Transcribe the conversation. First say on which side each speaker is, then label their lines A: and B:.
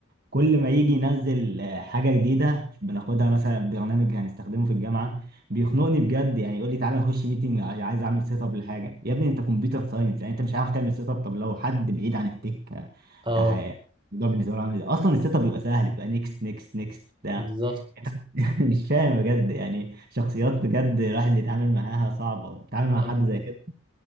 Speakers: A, on the right; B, on the right.
A: كل ما يجي ينزل آه، حاجة جديدة بناخدها مثلا برنامج هنستخدمه في الجامعة بيخنقني بجد يعني يقول لي تعالى نخش ميتنج عايز اعمل سيت اب لحاجة يا ابني انت كمبيوتر ساينس يعني انت مش عارف تعمل سيت اب طب لو حد بعيد عن التك آه،
B: اه
A: آه، هي- الموضوع بالنسبة له عامل ازاي اصلا السيت اب بيبقى سهل بيبقى نيكست نيكست نيكست بتاع
B: بالظبط
A: <laughs> مش فاهم بجد يعني شخصيات بجد الواحد بيتعامل معاها صعبة بيتعامل
B: آه،
A: مع حد زي كده